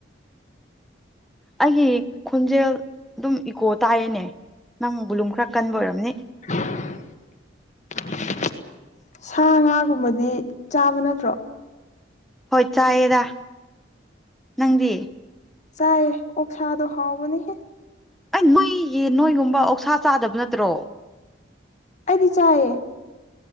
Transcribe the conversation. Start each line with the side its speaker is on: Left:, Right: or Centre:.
Centre: ꯑꯩꯒꯤ ꯈꯣꯟꯖꯦꯜ ꯑꯗꯨꯝ ꯏꯀꯣ ꯇꯥꯏꯌꯦꯅꯦ ꯅꯪ ꯕꯨꯂꯨꯝ ꯈꯔ ꯀꯟꯕ ꯑꯣꯏꯔꯝꯅꯤ
Left: <unintelligible> ꯁꯥ ꯉꯥꯒꯨꯝꯕꯗꯤ ꯆꯥꯕ ꯅꯠꯇ꯭ꯔꯣ
Centre: ꯍꯣꯏ ꯆꯥꯏꯌꯦꯔ ꯅꯪꯗꯤ
Left: ꯆꯥꯏ ꯑꯣꯛꯁꯥꯗꯣ ꯍꯥꯎꯕꯅꯤꯍꯦ
Centre: ꯑꯩ ꯃꯩꯒꯤ ꯅꯣꯏꯒꯨꯝꯕ ꯑꯣꯛꯁꯥ ꯆꯥꯗꯕ ꯅꯠꯇ꯭ꯔꯣ
Left: ꯑꯩꯗꯤ ꯆꯥꯏꯌꯦ